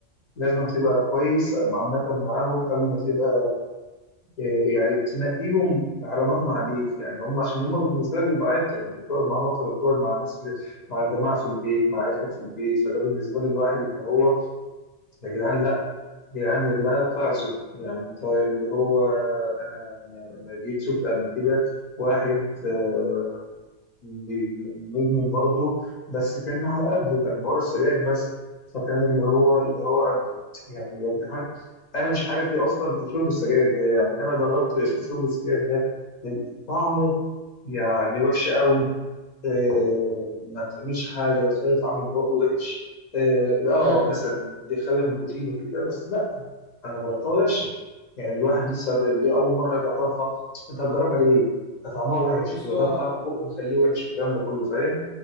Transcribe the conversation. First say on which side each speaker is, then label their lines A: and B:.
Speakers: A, on the left (about 40°); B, on the left (about 65°).
A: لازم تبقى كويس عامه معاهم قبل ما تبقى آه، يعني تنقيهم على مرمى عليك يعني هم عشان هم بالنسبه لك بيبقى عيلتك انت بتقعد معاهم اكتر ما بتقعد مع الناس في مع الجماعه في البيت مع عيلتك في البيت فده بالنسبه للواحد ان هو يا جدعان يعني يا جدعان اتعظوا يعني انت اللي هو انا انا أنا جيت شفت قبل كده واحد آه، م- مدمن برضه بس كان على قده كان حوار السجاير بس فكان اللي هو اللي هو أنت- يعني يا جدعان انا مش عارف ليه اصلا في شرب السجاير ده يعني انا جربت اشوف شرب السجاير ده طعمه يعني وحش قوي آه، ما تعملش حاجه بتخلي طعم البق وحش اه آه،
B: ايوه
A: مثلا بيخلك نيكوتين وكده بس لا انا جربتها وحشه يعني الواحد لسه ب- ب- اول مره يجربها انت هتجربها ليه؟ ده طعمها وحش
B: بص
A: بيغير
B: هو
A: طعم البق بيخليه وحش والكلام ده كله فاهم؟